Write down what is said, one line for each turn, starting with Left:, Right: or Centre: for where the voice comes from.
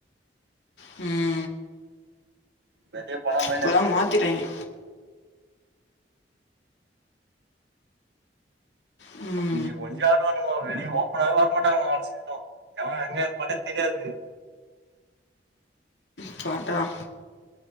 Left: ம்
Right: வெளிய போனோ மைனஸு
Left: இப்போதான் மாற்றிட்டாங்க ம்
Right: இங்க <unintelligible> ஆடுவானுங்க வெளிய ஓப்பனவே வர மாட்டாங்கா அவ செய் எவன் எங்க இருப்பானே தெரியாது
Left: ப்ப ஆட்டதா